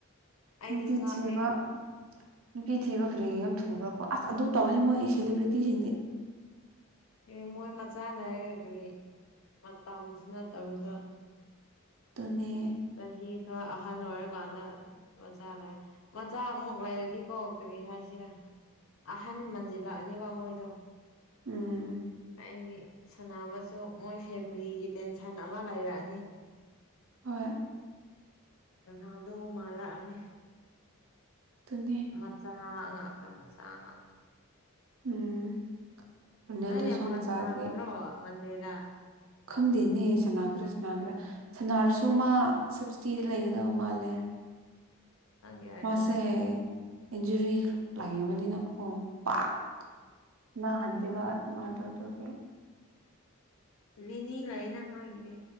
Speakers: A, on the left; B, on the right.
A: ꯑꯩꯗꯤ
B: ꯅꯨꯄꯤ
A: ꯉꯛꯑꯦ
B: ꯊꯤꯕ ꯅꯨꯄꯤ ꯊꯤꯕ ꯀ꯭ꯔꯤ ꯌꯥꯝ ꯊꯨꯕ꯭ꯔꯥꯀꯣ ꯑꯁ ꯑꯗꯨꯝ ꯇꯧꯕꯅꯤ ꯃꯣꯏ ꯁꯦꯂꯤꯕ꯭ꯔꯤꯇꯤꯁꯤꯡꯗꯤ
A: ꯀꯔꯤ ꯃꯣꯏ ꯃꯆꯥꯅꯔꯒ ꯀꯔꯤ ꯃꯇꯝꯁꯨ ꯅꯠꯇꯕꯗ
B: ꯑꯗꯨꯅꯦ
A: ꯆꯍꯤ ꯈꯔ ꯑꯍꯟ ꯑꯣꯏꯔꯀꯥꯟꯗ ꯃꯆꯥ ꯂꯩ ꯃꯆꯥ ꯑꯃꯨꯛ ꯂꯩꯔꯗꯤ ꯀꯣ ꯀꯔꯤ ꯍꯥꯏꯁꯤꯔꯥ ꯑꯍꯟ ꯃꯟꯖꯤꯜꯂꯛꯑꯅꯤꯕ ꯃꯣꯏꯗꯣ
B: ꯎꯝ
A: ꯍꯥꯏꯗꯤ ꯁꯥꯟꯅꯕꯁꯨ ꯃꯣꯏ ꯐꯦꯃꯤꯂꯤꯒꯤ ꯇꯦꯟꯁꯟ ꯑꯃ ꯂꯩꯔꯛꯑꯅꯤ
B: ꯍꯣꯏ
A: ꯔꯣꯅꯥꯜꯗꯣ ꯃꯥꯜꯂꯛꯑꯅꯤ
B: ꯑꯗꯨꯅꯦ
A: ꯃꯆꯥꯥ ꯉꯥꯛꯇ ꯃꯆꯥꯥ ꯉꯥꯛꯇ
B: ꯎꯝ ꯔꯣꯅꯦꯜꯗꯣꯁꯨ
A: ꯑꯩꯅꯦ ꯃꯥꯁ
B: ꯃꯆꯥꯗꯤ
A: ꯁꯥꯟꯅꯒꯗ꯭ꯔꯣ ꯃꯟꯗꯦꯗ
B: ꯈꯪꯗꯦꯅꯦ ꯁꯥꯟꯅꯒ꯭ꯔ ꯁꯥꯟꯅꯒꯦꯔꯥ ꯁꯥꯅꯔꯁꯨ ꯃꯥ ꯁꯕꯁꯇꯤꯗ ꯂꯩꯒꯗꯕ ꯃꯥꯜꯂꯦ
A: <inaudible> ꯅꯪꯒꯤ ꯑꯥꯏꯗꯣꯜꯗꯣ
B: ꯃꯥꯁꯦ ꯏꯟꯖꯨꯔꯤ ꯂꯩꯕꯅꯤꯅꯀꯣ ꯄꯥꯛ ꯁ꯭ꯅꯥꯍꯟꯗꯦꯕꯥ ꯃꯥꯗꯣ ꯑꯗꯨꯒꯤ
A: ꯚꯤ ꯅꯤ ꯂꯩꯌꯦꯅ ꯅꯣꯏꯒꯤꯗꯤ